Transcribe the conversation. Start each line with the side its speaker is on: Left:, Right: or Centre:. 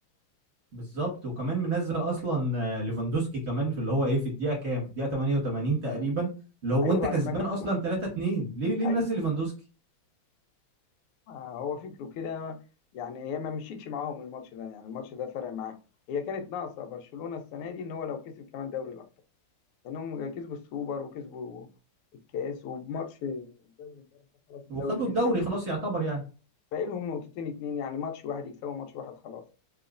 Right: بالظبط وكمان منزل اصلا آه، ليفاندوسكي كمان في اللي هو ايه في الدقيقه كام في الدقيقه 88 تقريبا اللي هو
Left: ايوه
Right: وانت
Left: بعد
Right: كسبان
Left: ما جاب
Right: اصلا
Left: الجون
Right: 3 2 ليه ليه
Left: ايوه
Right: منزل ليفاندوسكي
Left: ايوه آه، هو فكره كده يعني هي ما مشيتش معاهم الماتش ده يعني الماتش ده فرق معاهم هي كانت ناقصة برشلونة السنة دي ان هو لو كسب كمان دوري الابطال لانهم كسبوا السوبر وكسبوا الكاس وبماتش الدوري امبارح ده خلاص الدوري
Right: وخدوا
Left: بنسبه
Right: الدوري
Left: كبيره
Right: خلاص يعتبر يعني
Left: باقي لهم نقطتين اتنين يعني ماتش واحد يكسبوا ماتش واحد خلاص